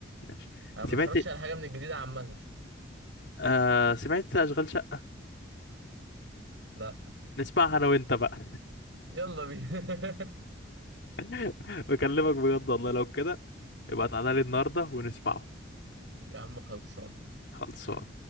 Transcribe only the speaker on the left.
ماشي
سمعت
آه سمعت اشغال شقة
نسمعها انا وانت بقى
<laughs> بكلمك بجد والله لو كده يبقى تعالى لي النهارده ونسمعه
خلصان